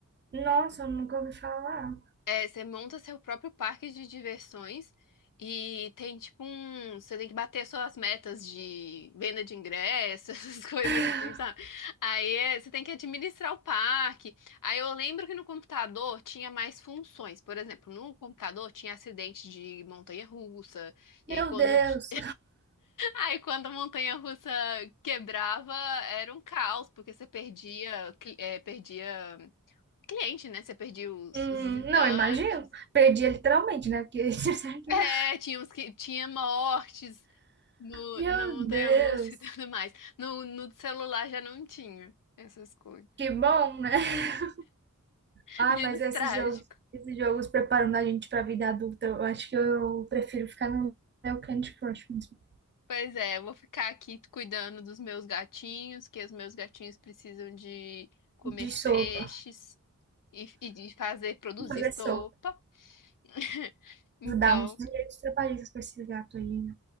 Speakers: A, on the right; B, on the left.
A: Nossa, eu nunca ouvi falar.
B: É, você monta seu próprio parque de diversões e tem tipo um. Você tem que bater suas metas de venda de ingressos, <laughs> essas coisas
A: <laughs>
B: assim, sabe? Aí é, você tem que administrar o parque. Aí eu lembro que no computador tinha mais funções. Por exemplo, no computador tinha acidente de montanha-russa.
A: Meu
B: E aí quando
A: Deus.
B: t- Aí quando a montanha-russa quebrava, era um caos, porque você perdia, cli- eh, perdia cliente, né? Você perdia os,
A: Hum,
B: os visitantes.
A: não, imagino. Perdia literalmente, né? Porque <laughs>
B: É, tinha uns que tinha mortes no,
A: Meu
B: na montanha-russa
A: Deus.
B: <laughs> e tudo mais. No, no celular já não tinha essas coisas.
A: Que bom, né? <laughs> Ah,
B: Menos
A: mas esses
B: trágico.
A: jogos, esses jogos preparando a gente pra vida adulta, eu acho que eu prefiro ficar no meu Candy Crush mesmo.
B: Pois é, eu vou ficar aqui cuidando dos meus gatinhos, que os meus gatinhos precisam de comer
A: De sopa.
B: peixes e, e de fazer produzir
A: Fazer
B: sopa.
A: sopa.
B: <laughs> Então,
A: dar uns direitos trabalhistas para esses gatos aí.